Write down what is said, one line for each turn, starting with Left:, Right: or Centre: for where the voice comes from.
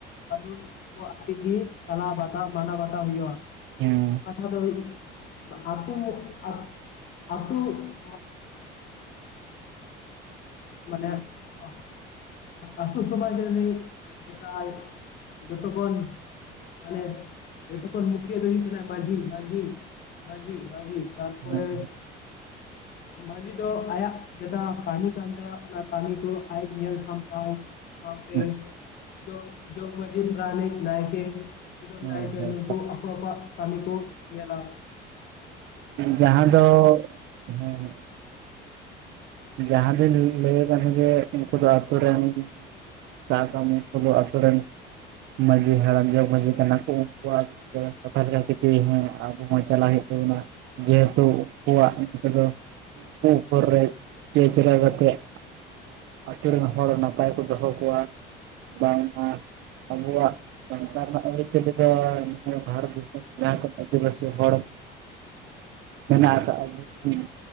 Left: ᱠᱟᱹᱰᱩᱱ ᱠᱚ ᱟᱛᱮ ᱜᱮ ᱪᱟᱞᱟᱣ ᱵᱟᱛᱟᱣ ᱢᱟᱱᱟᱣ ᱵᱟᱛᱟᱣ ᱦᱩᱭᱩᱜᱼᱟ ᱾
Right: ᱦᱮᱸ
Left: ᱠᱟᱛᱷᱟ ᱫᱚᱭ ᱟᱹᱛᱩ ᱟᱨ ᱟᱹᱛᱩ ᱾ ᱢᱟᱱᱮ ᱚ ᱟᱹᱛᱩ ᱥᱚᱢᱟᱡ ᱨᱤᱱᱤᱡ ᱡᱮᱴᱟᱭ ᱡᱚᱛᱚ ᱠᱷᱚᱱ ᱢᱟᱱᱮ ᱡᱚᱛᱚ ᱠᱷᱚᱱ ᱢᱩᱠᱷᱤᱭᱟᱹ ᱫᱚ ᱦᱩᱭᱩᱜ ᱠᱟᱱᱟ ᱢᱟᱡᱷᱤ ᱢᱟᱡᱷᱤ ᱢᱟᱡᱷᱤ ᱢᱟᱡᱷᱤ ᱾ ᱛᱟᱨᱯᱚᱨᱮ
Right: ᱦᱮᱸ
Left: ᱢᱟᱹᱡᱷᱤ ᱫᱚ ᱟᱭᱟᱜ ᱡᱮᱴᱟ ᱠᱟᱹᱦᱤ ᱠᱟᱱ ᱛᱟᱭᱟ ᱚᱱᱟ ᱠᱟᱹᱢᱤ ᱠᱚ ᱟᱡ ᱧᱮᱞ ᱥᱟᱢᱴᱟᱣᱟᱭ ᱾ ᱥᱟᱸᱣᱛᱮ
Right: ᱦᱮᱸ
Left: ᱡᱚᱜ ᱡᱚᱜᱽ ᱢᱟᱹᱡᱷᱤ ᱯᱨᱟᱱᱤᱠ ᱱᱟᱭᱠᱮ ᱠᱩᱰᱟᱹᱢ
Right: ᱦᱳᱭ
Left: ᱱᱟᱭᱠᱮ
Right: ᱦᱳᱭ
Left: ᱱᱩᱠᱩ ᱟᱠᱚ ᱠᱚᱣᱟᱜ ᱠᱟᱹᱢᱤ ᱠᱚ ᱧᱮᱞᱟ ᱾
Right: ᱡᱟᱦᱟᱸ ᱫᱚ ᱦᱸ ᱡᱟᱦᱟᱸ ᱫᱚ ᱞᱟᱹᱭ ᱠᱟᱱ ᱨᱮ ᱜᱮ ᱡᱮ ᱩᱱᱠᱩ ᱫᱚ ᱟᱹᱛᱩ ᱨᱮᱱ ᱪ <unintelligible> ᱩᱱᱠᱩ ᱫᱚ ᱟᱹᱛᱩ ᱨᱮᱱ ᱢᱟᱹᱡᱷᱤ ᱦᱟᱲᱟᱢ ᱡᱚᱜᱽ ᱢᱟᱹᱡᱷᱤ ᱠᱟᱱᱟ ᱠᱚ᱾ ᱩᱱᱠᱩ ᱟᱨ ᱠᱟᱛᱷᱟ ᱞᱮᱠᱟ ᱛᱮᱜᱤ ᱦᱮᱸ ᱟᱵᱚ ᱦᱚᱸ ᱪᱟᱞᱟᱜ ᱦᱩᱭᱩᱜ ᱛᱟᱵᱚᱱᱟ ᱾ ᱡᱮᱦᱮᱛᱩ ᱩᱱᱠᱩᱣᱟᱜ ᱱ <unintelligible> ᱫᱚ ᱩᱱᱠᱩ <unintelligible> ᱩᱯᱚᱨ <unintelligible> ᱨᱮ ᱾ ᱪᱮ ᱪᱮᱨᱟ ᱠᱟᱛᱮᱫ ᱟᱛᱳ ᱨᱮᱱ ᱦᱚᱲ ᱱᱟᱯᱟᱭ ᱠᱚ ᱫᱚᱦᱚ ᱠᱚᱣᱟ ᱾ ᱵᱟᱝᱢᱟ ᱟᱵᱚᱣᱟᱜ ᱾ ᱥᱟᱱᱛᱟᱲ ᱨᱮᱱᱟᱜ ᱟᱹᱨᱤᱪᱟᱹᱞᱤ ᱫᱚ ᱱ <unintelligible> ᱵᱷᱟᱨᱚᱛ ᱫᱤᱥᱚᱢ ᱨᱮ ᱡᱟᱦᱟᱸ ᱠᱚ ᱟᱹᱫᱤᱵᱟᱹᱥᱤ ᱦᱚᱲ ᱢᱮᱱᱟᱜ ᱟᱠᱟᱜᱼᱟ ᱵᱚᱱ